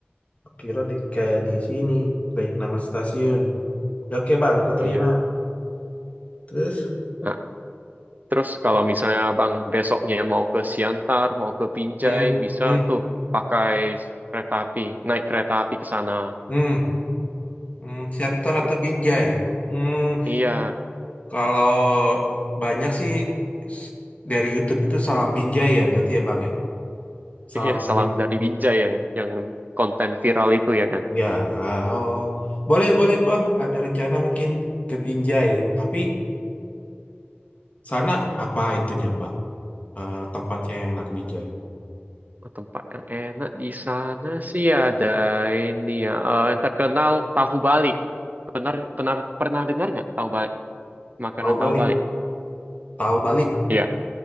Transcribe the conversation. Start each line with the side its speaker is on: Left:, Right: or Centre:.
Left: aku kira di, kayak di sini. Baik nama stasiun. Oke bang, aku
Right: Iya.
Left: terima. Terus?
Right: Nah, terus kalau misalnya abang besoknya mau ke Siantar, mau ke Binjai,
Left: Hmm.
Right: bisa
Left: Hmm.
Right: tuh pakai kereta api, naik kereta api ke sana.
Left: Hmm. Hmm. Siantar
Right: Terus,
Left: atau Binjai? Hmm.
Right: iya,
Left: Kalau banyak sih s- dari YouTube itu salam Binjai ya berarti ya bang ya. Salam
Right: iya
Left: dari
Right: salam
Left: Binjai.
Right: dari Binjai ya, yang konten viral itu ya kan.
Left: Ya, ah, oh. Boleh, boleh Bang. Ada rencana mungkin ke Binjai. Tapi sana apa itunya Bang? Eh, tempatnya yang enak Binjai.
Right: Oh, Tempat yang enak di sana sih ada ini ya. eh, yang terkenal tahu Bali. Benar, benar pernah dengar nggak tahu Bali? Makanan
Left: Tahu balik.
Right: tahu Bali.
Left: Tahu balik.
Right: Iya.